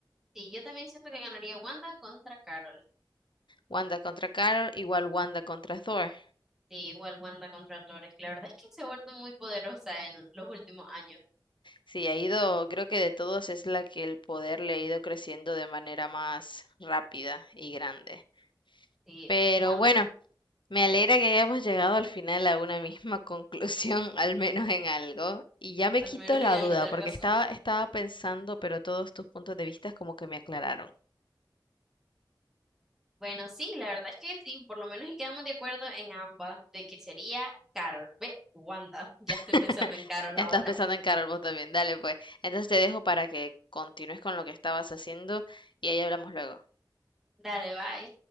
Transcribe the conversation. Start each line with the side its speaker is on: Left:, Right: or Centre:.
Centre: Sí, yo también siento que ganaría Wanda contra Carol.
Left: Wanda contra Carol igual Wanda contra Thor.
Centre: Sí, igual Wanda contra Thor. Es que La verdad es que se ha vuelto muy poderosa en los últimos años.
Left: Sí, ha ido, creo que de todos es la que el poder le ha ido creciendo de manera más rápida y grande.
Centre: Sí,
Left: Pero
Centre: Wanda,
Left: bueno, me alegra que hayamos llegado al final a una misma conclusión, <laughs> al menos en algo. Y ya me
Centre: al
Left: quito
Centre: menos
Left: la
Centre: en algo
Left: duda,
Centre: tenés
Left: porque
Centre: razón.
Left: estaba, estaba pensando, pero todos tus puntos de vista como que me aclararon.
Centre: Bueno, sí, la verdad es que sí, por lo menos y quedamos de acuerdo en ambas, de que sería Carol. Ve, Wanda, <laughs> ya estoy
Left: <laughs>
Centre: pensando en Carol
Left: Ya
Centre: ahora.
Left: estás pensando en Carol vos también. Dale, pues. Entonces te dejo para que continúes con lo que estabas haciendo y ahí hablamos luego.
Centre: Dale, bye.